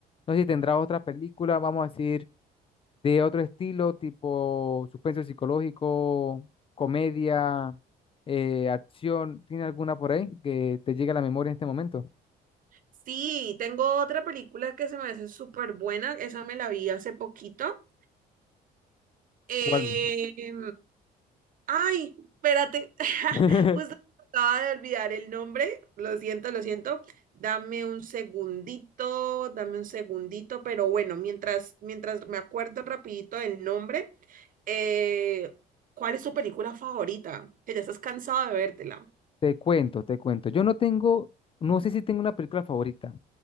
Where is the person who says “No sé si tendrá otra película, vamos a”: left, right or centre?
Left